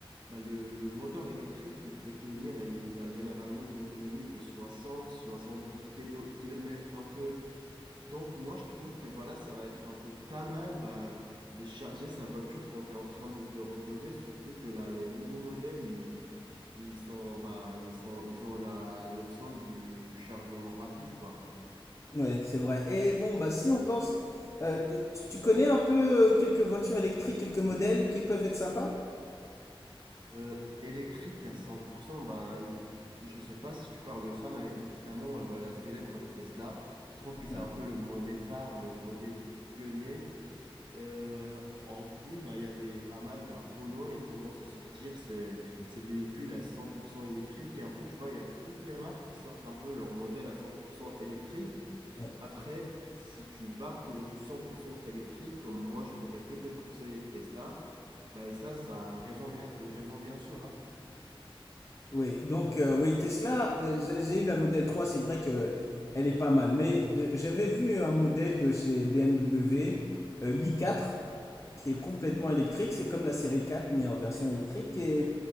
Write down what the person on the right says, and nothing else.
bah le, le moteur électrique, il peut tenir, il a généralement une autonomie de 60, 70 kilomètres un peu. Donc, moi, je trouve que voilà, ça va être un peu pas mal bah, de charger sa voiture quand tu es en train de te reposer, surtout que là, les nouveaux modèles, ils ils sont, bah, ils sont, ils ont la, l'option du chargement rapide, quoi.
Euh, électrique à 100%, bah, il- je sais pas si tu parles de ça, mais évidemment, euh, bah, la célèbre Tesla, je trouve que c'est
un peu le modèle phare, le modèle pionnier. Euh, en plus, bah, il y a les, pas mal, la Renault, et commence à sortir ces, ces véhicules à 100% électriques. Et un peu, tu vois, il y a toutes les marques qui sortent un peu leur modèle à 100% électrique.
Après, si tu vas pour du 100% électrique, comme moi, je pourrais que te conseiller de Tesla, bah, et ça, ça a un raison bien, une raison bien sûre, hein.